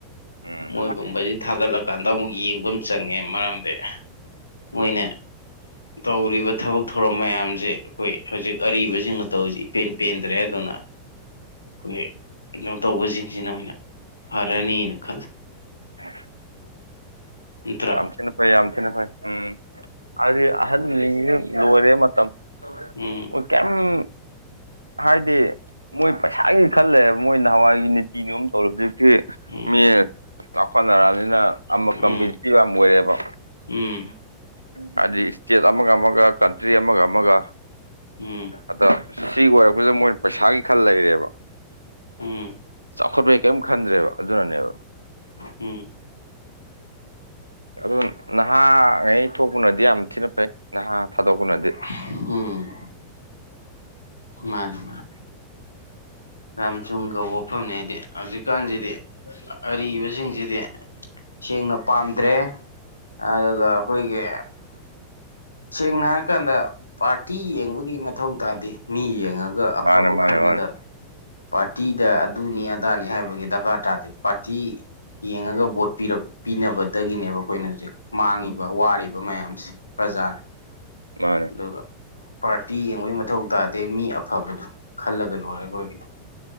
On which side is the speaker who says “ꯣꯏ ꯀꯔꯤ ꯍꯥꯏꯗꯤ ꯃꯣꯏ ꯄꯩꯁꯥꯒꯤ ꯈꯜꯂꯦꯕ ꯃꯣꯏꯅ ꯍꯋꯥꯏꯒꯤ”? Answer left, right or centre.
Right